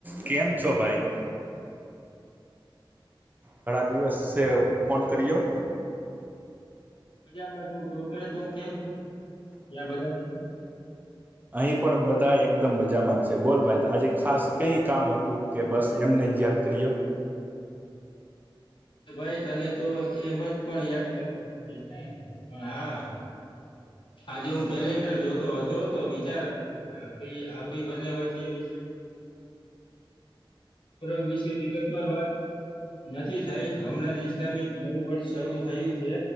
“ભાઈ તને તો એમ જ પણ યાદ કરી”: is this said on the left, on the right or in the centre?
Left